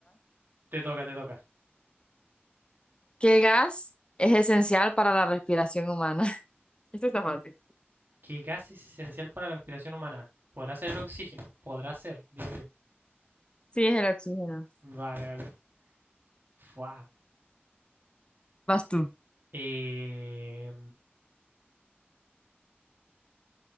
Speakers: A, on the right (about 55°); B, on the left (about 25°).
A: te toca, te toca.
B: ¿Qué gas es esencial para la respiración humana? <laughs> Esto está fácil.
A: ¿Qué gas es esencial para la respiración humana? ¿Podrá ser el oxígeno? Podrá ser, digo yo.
B: Sí, es el oxígeno.
A: Vale, vale. Fuá.
B: Vas tú.
A: Eh,